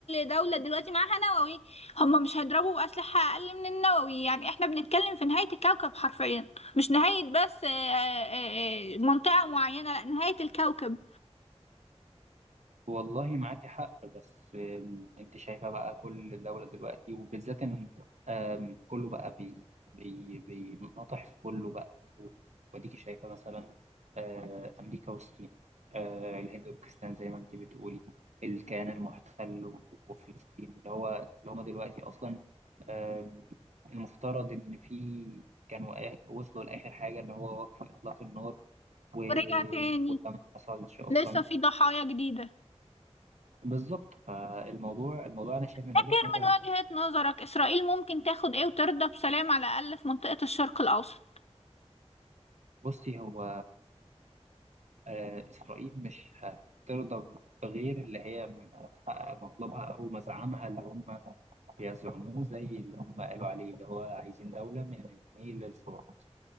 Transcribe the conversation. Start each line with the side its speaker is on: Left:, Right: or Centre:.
Left: دولة دلوقتي معاها نووي هم مش هيضربوا بأسلحة اقل من النووي يعني احنا بنتكلم في نهاية الكوكب حرفيا مش نهاية بس آه، آه، آه، منطقة معينة لا نهاية الكوكب
Right: والله معاكي حق بس آم، انت شايفة بقى كل دولة دلوقتي وبالذات ان آم، كله بقى بي بي بينطح في كله بقى وديكي شايفة مثلا آه، أمريكا والصين آه، الهند وباكستان زي ما انت بتقولي الكيان المحتل و- وفلسطين اللي هو اللي هما دلوقتي أصلا آم، المفترض إن في كانوا آ- وصلوا لآخر حاجة اللي هو وقف إطلاق النار و-
Left: ورجع تاني
Right: وده ما حصلش أصلا
Left: لسه في ضحايا جديدة
Right: بالظبط فالموضوع الموضوع انا شايف من
Left: فاكر
Right: وجهة نظري
Left: من وجهة نظرك إسرائيل ممكن تاخد إيه وترضى بسلام على الأقل في منطقة الشرق الأوسط
Right: بصي هو آه، اسرائيل مش هترضى بغير اللي هي تحقق مطلبها او مزعمها اللي هم بيزعموه زي اللي هم قالوا عليه اللي هو عايزين دولة من النيل للفرات